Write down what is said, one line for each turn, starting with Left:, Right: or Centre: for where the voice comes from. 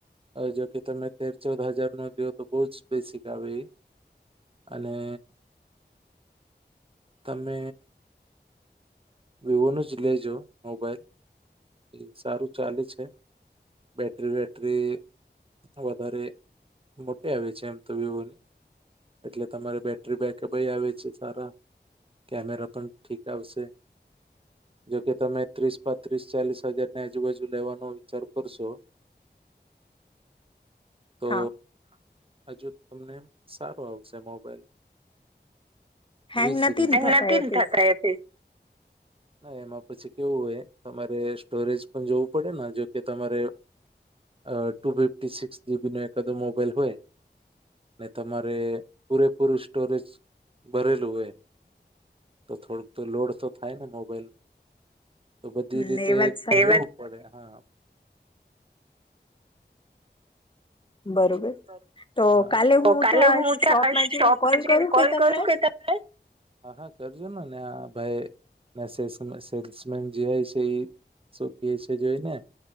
Right: જોકે તમે તેર ચૌદ હજાર નો લ્યો તો બહુ જ બેસિક આવે એ અને તમે વિવોનું જ લેજો મોબાઈલ એ સારું ચાલે છે, બેટરી વેટરી વધારે મોટી આવે છે એમ તો વિવોની, એટલે તમારે બેટરી બેકઅપય આવે છે સારા, કેમેરા પણ ઠીક આવશે. જોકે તમે ત્રીસ પાંત્રીસ ચાલીસ હજારની આજુબાજુ લેવાનો વિચાર કરશો તો
Left: હા
Right: હજુ તમને એમ સારો આવશે મોબાઈલ.
Left: હેંગ
Right: વી સિરીઝ
Left: નથી ને થતા એ પીસ
Right: ના એમાં પછી કેવું હોય તમારે સ્ટોરેજ પણ જોવું પડે જોકે તમારે અ ટુ ફિફ્ટી સિક્સ જીબી નો એકાદો મોબાઈલ હોય, ને તમારે પૂરેપૂરું સ્ટોરેજ ભરેલું હોય તો થોડુંક તો લોડ તો થાય ને મોબાઈલ તો બધી
Left: હમ
Right: રીતે
Left: એ વાત
Right: <unintelligible>
Left: સાચી
Right: જોવું પડે હા. હા,
Left: બરોબર તો કાલે
Right: હા,
Left: હું ત્યાં શોપમાં જઈને કોલ
Right: કરજોનને
Left: કરું કે તમને
Right: આ ભાઈ મેં સેલ્સમે સેલ્સમેન જેય છે એ શુ કેય છે જોઈને